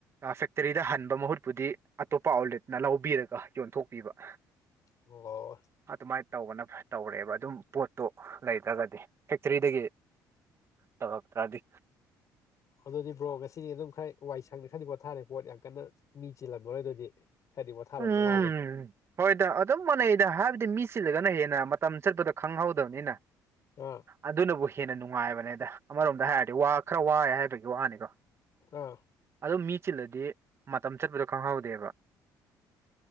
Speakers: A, on the right; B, on the left.
A: ꯁꯦꯛꯇꯔꯤꯗ ꯍꯟꯕ ꯃꯍꯨꯠꯄꯨꯗꯤ ꯑꯇꯣꯞꯄ ꯑꯥꯎꯠꯂꯦꯠꯅ ꯂꯧꯕꯤꯔꯒ ꯌꯣꯟꯊꯣꯛꯄꯤꯕ
B: ꯑꯣ
A: ꯑꯗꯨꯃꯥꯏꯅ ꯇꯧꯕꯅ ꯇꯧꯔꯦꯕ ꯑꯗꯨꯝ ꯄꯣꯠꯇꯨ ꯂꯩꯗ꯭ꯔꯒꯗꯤ ꯐꯦꯛꯇꯔꯤꯗꯒꯤ ꯇꯧꯔꯛꯇ꯭ꯔꯗꯤ
B: ꯑꯗꯨꯗꯤ ꯕ꯭ꯔꯣ ꯉꯁꯤꯗꯤ ꯑꯗꯨꯝ ꯈꯔ ꯋꯥꯏ ꯁꯪꯅꯤ ꯈꯔꯗꯤ ꯄꯣꯠꯊꯥꯔꯦ ꯄꯣꯠ ꯌꯥꯝ ꯀꯟꯅ ꯃꯤ ꯆꯤꯜꯂꯝꯃꯔꯣꯏ ꯑꯗꯨꯗꯤ ꯈꯔꯗꯤ ꯄꯣꯊꯥꯔꯝꯗꯧ
A: ꯎꯝ
B: ꯃꯥꯜꯂꯦ
A: ꯍꯣꯏꯗ ꯑꯗꯨꯝ ꯃꯅꯩꯗ ꯍꯥꯏꯕꯗꯤ ꯃꯤ ꯁꯤꯠꯂꯒꯅ ꯍꯦꯟꯅ ꯃꯇꯝ ꯆꯠꯄꯗꯣ ꯈꯪꯍꯧꯗꯕꯅꯤꯅ
B: ꯑꯥ
A: ꯑꯗꯨꯅꯕꯨ ꯍꯦꯟꯅ ꯅꯨꯡꯉꯥꯏꯕꯅꯦ ꯗ ꯑꯃꯔꯣꯝꯗ ꯍꯥꯏꯔꯗꯤ ꯋꯥ ꯈꯔ ꯋꯥꯏꯦ ꯍꯥꯏꯕꯒꯤ ꯋꯥꯅꯤꯀꯣ
B: ꯑꯥ
A: ꯑꯗꯨ ꯃꯤ ꯆꯤꯜꯂꯗꯤ ꯃꯇꯝ ꯆꯠꯄꯗꯣ ꯈꯪꯍꯧꯗꯦꯕ